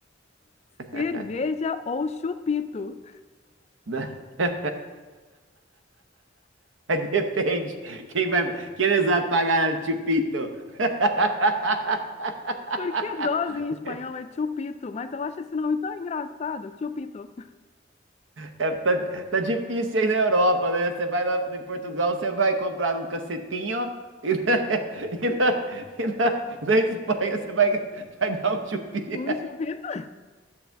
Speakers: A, on the right; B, on the left.
A: <laughs>
B: cerveja ou chupito?
A: Né? <laughs> Mas depende. Quem vai, quem eles vão pagar o Chupito? <laughs>
B: Porque dose em espanhol é chupito, mas eu acho esse nome tão engraçado, chupito.
A: É, tá, tá difícil aí na Europa, né? Você vai lá em Portugal, você vai comprar um cacetinho e na, <laughs> e na, e na- e na Espanha você vai, vai dar um chupinho.
B: Um chupito?